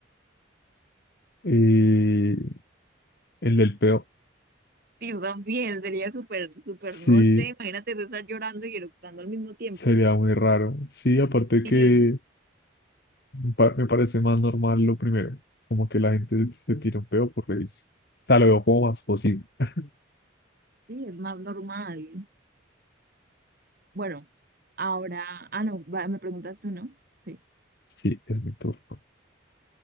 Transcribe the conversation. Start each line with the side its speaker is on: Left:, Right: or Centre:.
Left: Y el del peo,
Right: Y eso también sería súper, súper,
Left: sí,
Right: no sé, imagínate tú estar llorando y eructando al mismo tiempo.
Left: sería muy raro. Sí, aparte
Right: Sí,
Left: que pa- me parece más normal lo primero, como que la gente se tira un peo por reírse. O sea, lo veo como más posible. <laughs>
Right: sí, es más normal. Bueno, ahora, ah, no, va, me preguntas tú, ¿no? Sí.
Left: Sí, es mi turno.